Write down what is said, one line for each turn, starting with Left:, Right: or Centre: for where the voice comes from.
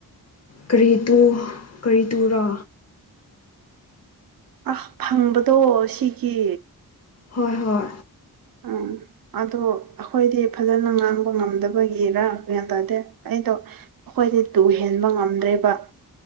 Left: ꯀꯔꯤ ꯇꯨ ꯀꯔꯤ ꯇꯨ ꯔꯥ
Right: ꯑꯥ ꯐꯪꯕꯗꯣ ꯁꯤꯒꯤ
Left: ꯍꯣꯏ ꯍꯣꯏ
Right: ꯑꯝ ꯑꯗꯣ ꯑꯩꯈꯣꯏꯗꯤ ꯐꯖꯅ ꯉꯥꯡꯕ ꯉꯝꯗꯕꯒꯤꯔ ꯒꯌ꯭ꯥꯟ ꯇꯥꯗꯦ ꯑꯩꯗꯣ ꯑꯩꯈꯣꯏꯗꯤ ꯇꯨ ꯍꯦꯟꯕ ꯉꯝꯗ꯭ꯔꯦꯕ